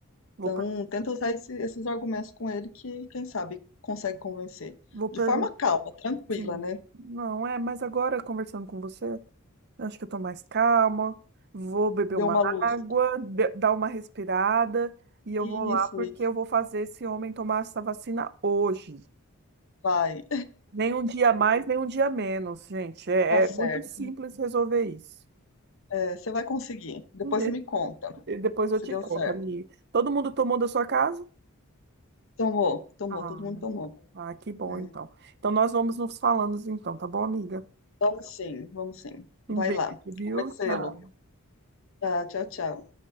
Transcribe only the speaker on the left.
Então,
tenta usar esse- esses argumentos com ele que, quem sabe, consegue convencer.
De forma calma, tranquila,
né?
Deu
uma luz.
Isso,
isso.
Vai,
tá certo.
É, você vai conseguir. Depois
você me conta
se
deu
certo.
Tomou, tomou,
todo mundo tomou.
É,
Vamos sim, vamos sim. Vai
lá,
convencê-lo.
Tá, tchau, tchau.